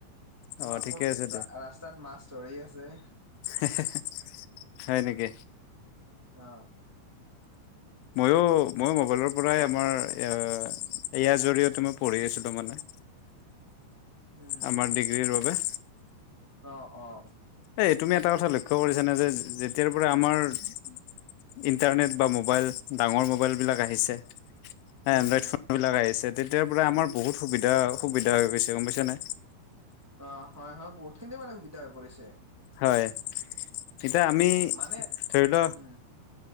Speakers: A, in the centre; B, on the left.
A: তোমাৰ
B: অ ঠিকে
A: কত
B: আছে
A: ৰা ৰাস্তা তাত মাছ ধৰি আছে
B: হে হে হে হয় নেকি
A: অ
B: মইয়ো মইয়ো মোবাইলৰ পৰাই আমাৰ এয়া এইয়া জৰিয়তে মই পঢ়ি আছিলো মানে
A: উম
B: আমাৰ ডিগ্ৰীৰ বাবে
A: অ অ
B: এই তুমি এটা কথা লক্ষ্য কৰিছানে যে যেতিয়াৰ পৰা আমাৰ ইণ্টাৰনেট বা মোবাইল ডাঙৰ মোবাইল বিলাক আহিছে
A: উম
B: এ
A: উম
B: ফোনবিলাক আহিছে তেতিয়াৰ পৰা আমাৰ বহুত সুবিধা সুবিধা হৈ গৈছে গম পাইছানে
A: অ হয় হয় বহুতখিনি মানে সুবিধা হৈ পৰিছে
B: হয় এতিয়া আমি
A: মানে
B: ধৰি ল
A: উম